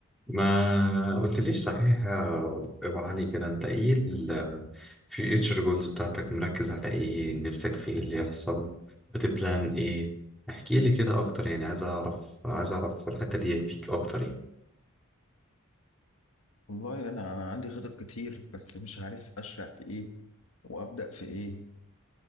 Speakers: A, in the centre; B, on the left.
A: ما قلتليش صحيح يا ابو علي كده انت ايه الفيوتشر جولز بتاعتك مركز على ايه نفسك في ايه اللي يحصل بتبلان ايه احكي لي كده اكتر يعني عايز اعرف عايز اعرف الحتة دي فيك اكتر يعني
B: والله أنا عندي خطط كتير بس مش عارف أشرع في إيه وأبدأ في إيه